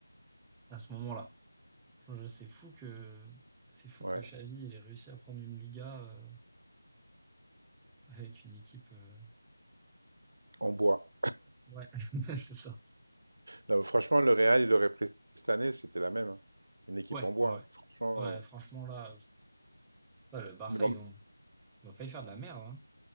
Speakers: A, in the centre; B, on the right (about 50°).
A: à ce moment-là. Je c'est fou que c'est fou
B: Ouais.
A: que Xavi il ait réussi à prendre une Liga, heu, avec une équipe, heu,
B: On boit.
A: ouais, <laughs> c'est ça.
B: Non, franchement, le Real, il aurait pris cette année, c'était la même. hein. Une équipe
A: Ouais,
B: en bois,
A: ouais,
B: hein.
A: ouais.
B: Franchement.
A: Ouais
B: euh.
A: franchement là, Ouais, le Barça,
B: Mais en,
A: ils ont, ils vont pas y faire de la merde, hein.